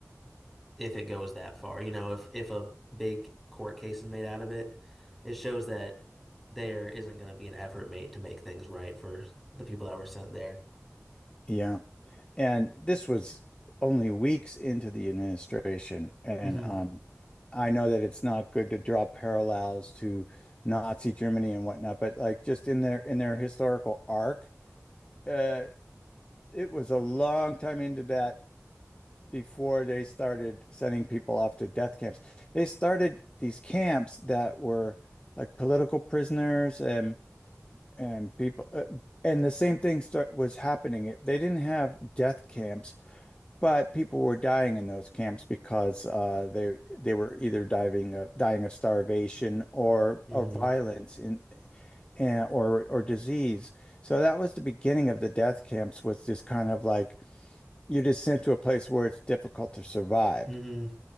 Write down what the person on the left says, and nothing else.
Yeah. And this was only weeks into the administration. And
um, I know that it's not good to draw parallels to Nazi Germany and whatnot, but like just in their in their historical arc, uh, it was a long time into that before they started sending people off to death camps. They started these camps that were like political prisoners and and people, uh, and the same thing start was happening. They didn't have death camps but people were dying in those camps because uh, they they were either diving uh, dying of starvation or
or violence in and, or or disease. So that was the beginning of the death camps was this kind of like you're just sent to a place where it's difficult to survive.